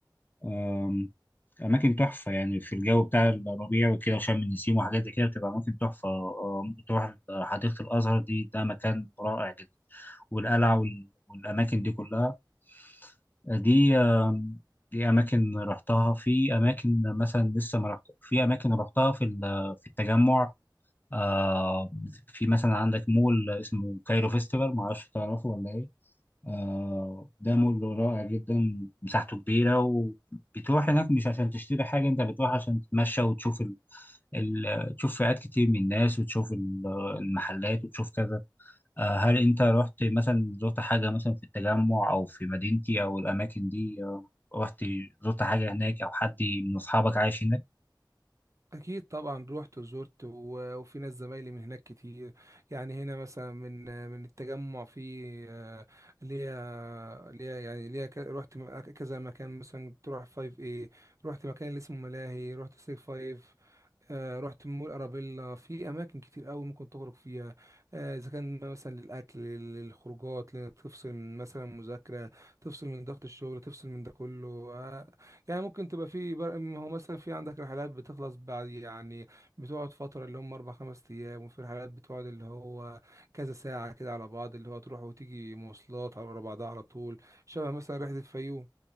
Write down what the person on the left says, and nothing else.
قلت أماكن تحفة يعني في الجو بتاع الربيع وكده وشم النسيم وحاجات زي كده بتبقى أماكن تحفة آه، ممكن تروح حديقة الأزهر دي ده مكان رائع جدا والقلعة وال- والأماكن دي كلها دي آم، دي أماكن رحتها في أماكن مثلا لسه ما رحت في أماكن رحتها في ال- في التجمع آه، في مثلا عندك مول اسمه كايرو فيستيفال معرفش تعرفه ولا إيه آه، ده مول رائع جدا مساحته كبيرة وبتروح هناك مش عشان تشتري حاجة انت بتروح عشان تتمشى وتشوف ال... ال... تشوف فئات كتير من الناس وتشوف ال- المحلات وتشوف كذا آه، هل انت رحت مثلا زرت حاجة مثلا في التجمع او في مدينتي او الاماكن دي آه، رحت زرت حاجة هناك او حد من اصحابك عايش هناك